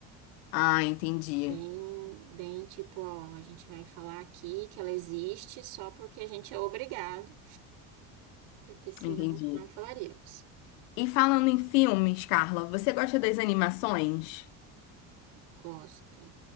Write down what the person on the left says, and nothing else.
Ah, entendi.
Entendi.
E falando em filmes, Carla, você gosta das animações?